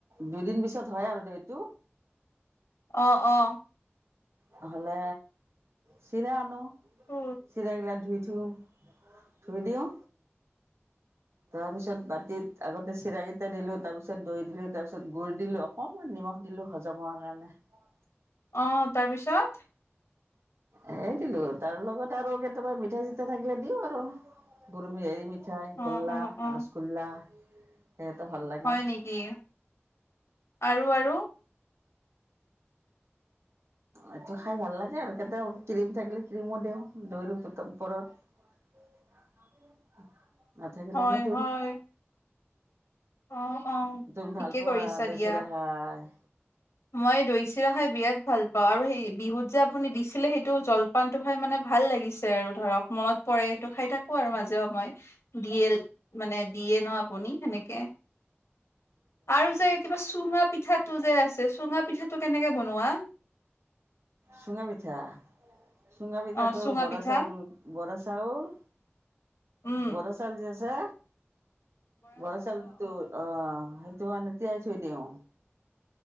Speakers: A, on the right; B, on the left.
A: দুইদিন পিছত হয় আৰু দে এইটো
B: অ অ
A: নহলে চিৰা আনো
B: অ
A: চিৰাগিলা ধুই <unintelligible> থৈ দিওঁ। তাৰপিছত বাতিত আগতে চিৰাৰাকেইটা দিলো তাৰ পিছত দৈ দিলো তাৰ পিছত গুড় দিলো অকণমান নিমখ দিলো হজম হোৱাৰ কাৰণে অ।
B: অ তাৰপিছত?
A: এ দিলো তাৰ লগত আৰু কেতিয়াবা মিঠা চিঠা থাকিলে দিওঁ আৰু গৰুমি এৰি মিঠাই
B: অ
A: গোল্লা
B: অ অ
A: ৰসগোল্লা সেইটো ভাল লাগে
B: হয় নেকি আৰু আৰু?
A: এইটো খাই ভাল লাগে আৰু। কেতিয়াও ক্ৰীম থাকিলে ক্ৰীমো দিওঁ দৈৰ ওপৰত। নাথাকিলে
B: হয়
A: নিদিওঁ।
B: হয় অ অ
A: তুমি
B: ঠিকে
A: ভাল পোৱা
B: কৰিছা
A: দৈ
B: দিয়া
A: চিৰা‌ খাই?
B: মই দৈ চিৰা খাই বিৰাট ভাল পাওঁ, আৰু সেই বিহুত যে আপুনি দিছিলে সেইটো জলপানটো খাই মানে ভাল লাগিছে আৰু ধৰক মনত পৰে সেইটো খাই থাকো আৰু মাজেও মই দিয়ে মানে দি দিয়ে ন আপুনি সেনেকে আৰু যে কিবা চুঙা পিঠাত টো যে আছে চুঙা পিঠাটো কেনেকে বনোৱা?
A: চুঙা পিঠা চুঙা পিঠাটো
B: অ চুঙা
A: বৰা
B: পিঠা
A: চাউল বৰা চাল চাউল
B: উম
A: বৰা চাউল যে আছে। বৰা চাউল টো অ। সেইটো মানে তিয়াই থৈ দিওঁ।